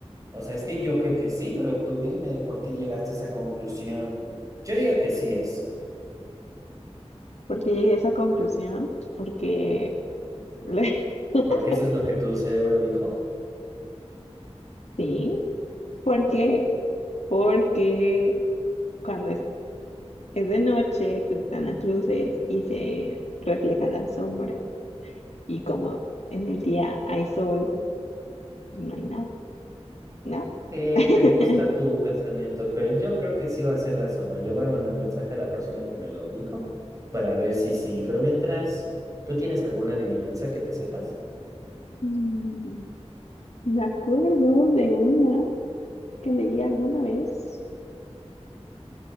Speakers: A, on the right (about 30°); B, on the left (about 75°).
A: O sea, es que yo creo que sí, pero tú dime por qué llegaste a esa conclusión. Yo digo que sí es,
B: porque llegué a esa conclusión, pues, porque <laughs>
A: porque eso es lo que tu cerebro dijo.
B: sí, porque
A: Ok,
B: porque cuando es, es de noche, pues están las luces y se refleja la sombra y como en el día hay sol, pues no hay nada, ¿no?
A: Ok,
B: <laughs>
A: me gusta tu pensamiento, Fer. Yo creo que sí va a ser la sombra. Le voy a mandar mensaje a la persona que me lo dijo para ver si sí. Pero mientras, ¿tú tienes alguna adivinanza que te sepas?
B: Mm, Me acuerdo de una que leí alguna vez,